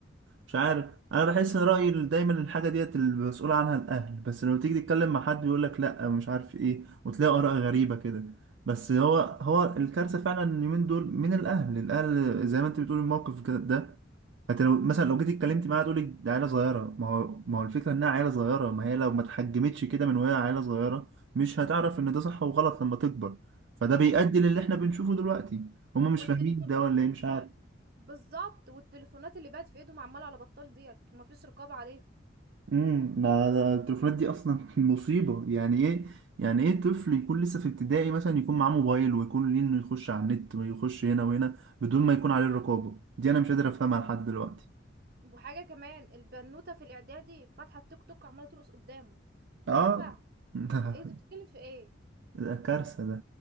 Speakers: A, on the right; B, on the right.
A: مش عارف انا بحس ان رأيي ال- دايما الحاجة ديت المسؤول عنها الاهل بس لما تيجي تتكلم مع حد يقول لك لا مش عارف ايه وتلاقي اراء غريبة كده بس هو هو الكارثة فعلا اليومين دول من الاهل الاهل زي ما انت بتقول الموقف كده- ده انت لو مثلا لو جيت اتكلمت معاها تقول لك ده عيله صغيره ما هو ما هو الفكره انها عيله صغيره ما هي لو ما اتحجمتش كده من وهي عيله صغيره مش هتعرف ان ده صح وغلط لما تكبر فده بيؤدي
B: والت-
A: للي احنا بنشوفه دلوقتي هما مش
B: والتليفون
A: فاهمين ده ولا ايه مش عارف
B: اه بالظبط والتليفونات اللي بقت في ايدهم عمالة على بطال ديت ومفيش رقابة عليهم
A: امم ما ده التليفونات دي اصلا <laughs> مصيبه يعني ايه يعني ايه طفل يكون لسه في ابتدائي مثلا يكون معاه موبايل ويكون ليه انه يخش على النت ويخش هنا وهنا بدون ما يكون عليه الرقابه دي انا مش قادر افهمها لحد دلوقتي
B: وحاجة كمان البنوتة في الإعدادي فاتحة التيك توك عمالة ترقص قدامه ده
A: اه
B: ينفع
A: <laughs> ده
B: ايه ده بتتكلم في ايه
A: ده كارثه ده